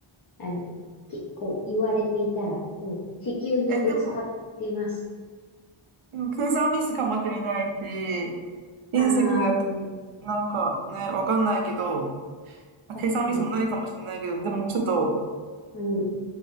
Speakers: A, on the left (about 45°); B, on the right (about 80°).
A: あの、きこう言われていたら、もう地球にぶつかってます
B: え、でも、うん計算ミスかもしれないし、隕石がと、
A: ああ、うん、
B: なんかね、わかんないけど、あ計算ミスもないかもしれないけど、
A: 確かに。
B: でもちょっと、
A: うん。